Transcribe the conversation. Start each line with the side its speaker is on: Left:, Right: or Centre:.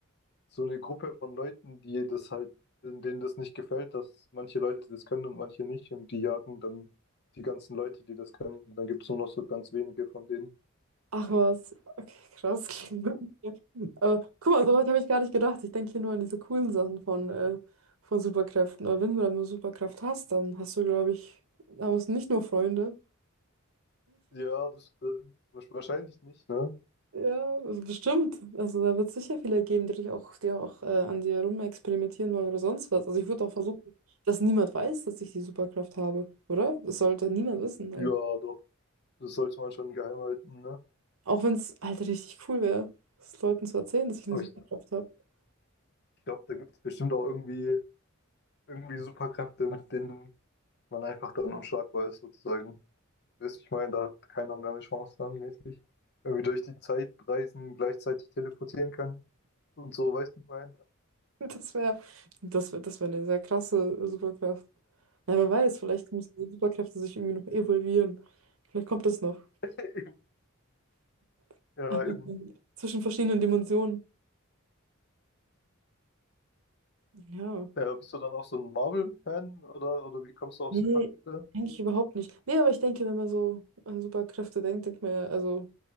Left: so eine Gruppe von Leuten, die das halt, denen das nicht gefällt, dass manche Leute das können und manche nicht. Und die jagen dann die ganzen Leute, die das können. Und dann gibt es nur noch so ganz wenige von denen.
Right: Ach was. Okay, krass. <laughs> Aber guck mal, so weit habe ich gar nicht gedacht. Ich denke hier nur an diese coolen Sachen von, äh, von Superkräften. Aber wenn du dann eine Superkraft hast, dann hast du, glaube ich, haben es nicht nur Freunde.
Left: Ja, das äh, wahrsch- wahrscheinlich nicht, ne?
Right: Ja, also bestimmt. Also da wird es sicher viele geben, die dich auch, die auch äh, an dir rumexperimentieren wollen oder sonst was. Also ich würde auch versuchen, dass niemand weiß, dass ich die Superkraft habe, oder? Das sollte niemand wissen
Left: Ja, doch. Das sollte man schon geheim halten, ne?
Right: Auch wenn es halt richtig cool wäre, es Leuten zu erzählen, dass ich eine
Left: Aber
Right: Superkraft
Left: ich
Right: habe. <laughs>
Left: glaube, da gibt es bestimmt auch irgendwie, irgendwie Superkräfte, mit denen man einfach dann unschlagbar ist, sozusagen. Weißt du, ich meine, da hat keiner mehr eine Chance dann, mäßig. Irgendwie durch die Zeit reisen, gleichzeitig teleportieren können. und so, weißt du, ich meine?
Right: Das wäre, das wäre, das wäre eine sehr krasse Superkraft. Na, wer weiß, vielleicht müssen die Superkräfte sich irgendwie noch evolvieren. Vielleicht kommt das noch.
Left: <laughs>
Right: <laughs>
Left: Ja,
Right: Aber
Left: eben.
Right: zwischen verschiedenen Dimensionen. Ja.
Left: Ja, bist du dann auch so ein Marvel-Fan oder, oder wie kommst du auf
Right: Nee,
Left: Superkräfte?
Right: eigentlich überhaupt nicht. Nee, aber ich denke, wenn man so an Superkräfte denkt, denkt man ja, also